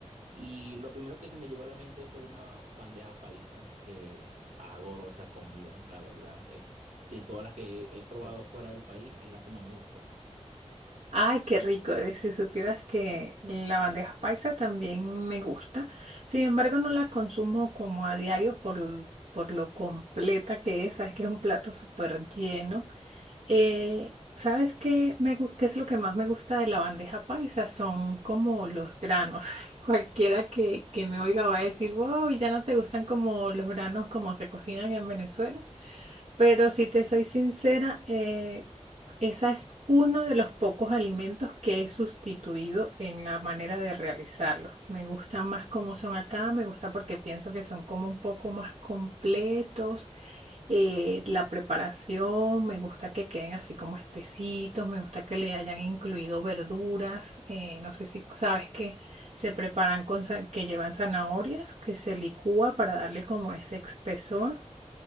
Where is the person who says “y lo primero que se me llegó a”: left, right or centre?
Right